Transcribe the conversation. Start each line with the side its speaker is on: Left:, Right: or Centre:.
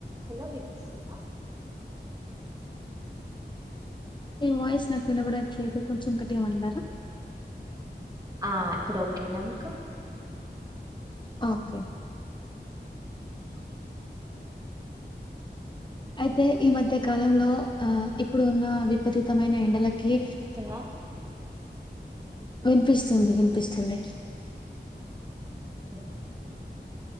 Right: Hello వినిపిస్తుందా.
Left: మీ voice నాకు వినబడట్లేదు కొంచెం గట్టిగా మాట్లాడరా.
Right: ఆ ఇప్పుడు ఒకే నా మీకు.
Left: ఓకే
Right: అ
Left: అయితే ఈ మధ్య కాలంలో ఆ ఇప్పుడు ఉన్న విపరీతమైన ఎండలకి
Right: ఉన్నా
Left: వినిపిస్తుంది వినిపిస్తుంది.
Right: ఆ